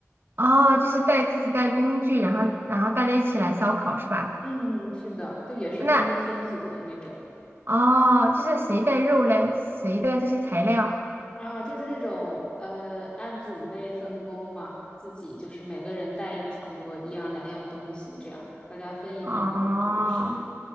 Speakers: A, on the right (about 50°); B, on the left (about 20°).
A: 哦，就是带自己带工具，然后然后大家一起来烧烤是吧？
B: 嗯，嗯是的，就也是分分组的那种
A: 那哦，就是谁带肉嘞？谁带这些材料？
B: 啊，就是这种呃，按组内分工嘛，自己就是每个人带差不多一样两样东西，这样大家分一分，
A: 哦
B: 就是